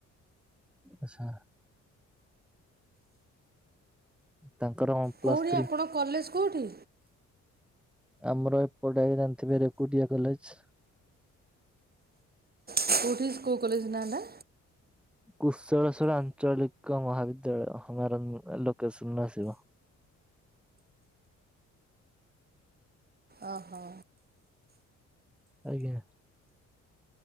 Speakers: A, in the centre; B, on the right.
A: ଆଚ୍ଛା। ତାଙ୍କର ପ୍ଲସ୍
B: କୋଉଠି
A: ଥ୍ରୀ।
B: ଆପଣ କଲେଜ କୋଉଠି?
A: ଆମର ଏପଟେ ଜାଣିଥିବେ ରେକୁଟିଆ କଲେଜ।
B: କୋଉଠି ସ୍କୁ କଲେଜ ନା ଟା?
A: କୁଶେଳେଶ୍ଵଳା ଆଞ୍ଚଳିକ ମହାବିଦ୍ୟାଳୟ ହ ମାରନ୍ ଏ ଲୋକେସନରେ ଆସିବ।
B: ଅ ହ।
A: ଆଜ୍ଞା।